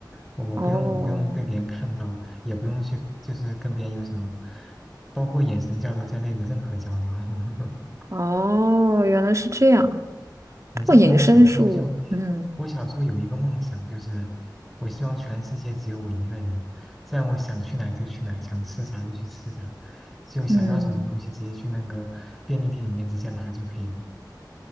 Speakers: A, in the centre; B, on the right.
A: 我我不用我不用被别人看到，
B: 哦
A: 也不用去就是跟别人有什么，包括眼神交流在内的任何交流。<laughs>
B: 哦，原来是这样。
A: 你知道吗？
B: 不过隐身术，
A: 我小时候就，
B: 嗯
A: 我小时候有一个梦想，就是我希望全世界只有我一个人，这样我想去哪就去哪，想吃啥就去吃啥，就想要什么东西直接去那个便利店里面直接拿就可以了。
B: 嗯